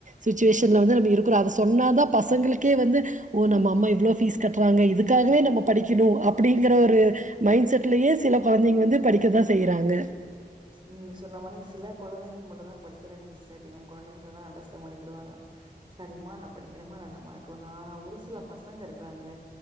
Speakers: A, on the right (about 50°); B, on the right (about 30°).
A: சுச்சுவேஷன்ல வந்து நம்ம இருக்குறோ அத சொன்னா தா பசங்களுக்கே வந்து ஓ நம்ம அம்மா இவ்வளோ ஃபீஸ் கட்டுறாங்க இதுக்காகவே நம்ம படிக்கிணு அப்படிங்கிற ஒரு மைண்ட் செட்லயே சில கொழந்தைங்க வந்து படிக்க தா செய் வாங்க
B: நீ சொன்ன மாதி சில கொழந்தைகள் மட்டு தா படிக்கிறாங்க சிஸ்டர் இப்போ எ கொழந்தைங்க சொன்னா அண்டர்ஸ்டாண்ட் பண்ணிகிடுவாங்க சரிம்மா நா படிக்கிறமா நல்ல மார்க் வாங்க ஆனா ஒரு சில பசங்க இருக்கறாங்களே